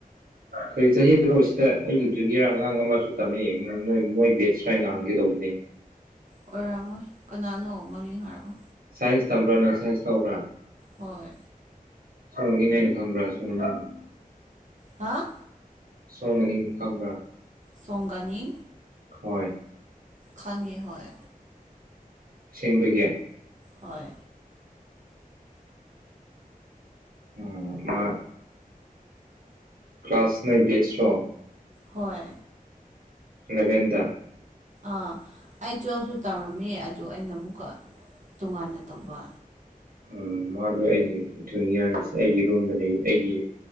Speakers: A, on the right; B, on the right.
A: ꯀꯔꯤ ꯆꯍꯤꯗꯨꯔꯣ ꯁꯤꯗ ꯑꯩꯒꯤ ꯖꯨꯅꯤꯌꯔ ꯑꯉꯥꯡ ꯑꯃꯁꯨ ꯇꯝꯃꯦ ꯅꯣꯏ ꯃꯣꯏ ꯕꯦꯠꯁꯂꯥꯅ ꯍꯪꯒꯦ ꯇꯧꯕꯅꯦ
B: ꯑꯣꯏꯔꯝꯃꯣꯏ ꯀꯅꯥꯅꯣ ꯃꯃꯤꯡ ꯍꯥꯏꯔꯛꯑꯣ
A: ꯁꯥꯏꯟꯁ ꯇꯝꯕ꯭ꯔꯥ ꯅꯪ ꯁꯥꯏꯟꯁ ꯂꯧꯕ꯭ꯔꯥ
B: ꯍꯣꯏ
A: ꯁꯣꯅꯤ ꯉꯅꯤꯒꯝꯕꯔꯥ ꯁꯣꯅꯤ <inaudible>
B: ꯍꯥꯥ
A: ꯁꯣꯡꯃꯅꯤꯡ ꯈꯪꯕ꯭ꯔꯥ
B: ꯁꯣꯡꯒꯥꯅꯤ
A: ꯍꯣꯏ
B: ꯈꯪꯉꯤ ꯍꯣꯏ
A: ꯑꯁꯦꯡꯕꯒꯤ
B: ꯍꯣꯏ
A: ꯎꯝ ꯃꯥ ꯀ꯭ꯂꯥꯁ ꯅꯥꯢꯟ ꯕꯦꯠꯁꯔꯣ
B: ꯍꯣꯏ
A: ꯑꯦꯂꯕꯦꯟꯗ
B: ꯑꯥ ꯑꯩ ꯇꯨꯋꯦꯜꯞꯁꯨ ꯇꯝꯔꯝꯃꯤ ꯑꯗꯨ ꯑꯩꯅ ꯑꯃꯨꯛꯀ ꯇꯣꯉꯥꯟꯅ ꯇꯧꯕ
A: ꯎꯝ ꯃꯥꯗꯣ ꯑꯩꯒꯤ ꯖꯨꯅꯤꯌꯔꯅꯦ ꯑꯩꯒꯤ ꯔꯨꯝꯗ ꯂꯩꯌꯦ ꯑꯩꯒꯤ